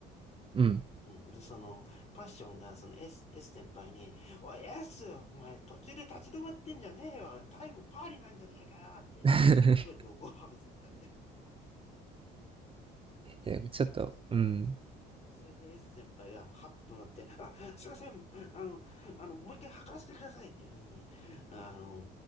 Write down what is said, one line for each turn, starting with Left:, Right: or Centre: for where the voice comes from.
Right: うん。
Left: うん。で、その、パッションが、その S、S 先輩に、おい、S! お前、途中で立ち止まってんじゃねえよタイムパーリなんじゃねえかよって、
Right: <laughs>
Left: すごい怒号を浴びせてたんで。で、
Right: え、ちょっと、
Left: そ、
Right: うん。
Left: うん。それで S 先輩が、ハッとなって、あ、すいません、あの、あの、もう一回測らせてくださいっていうふうに、あの、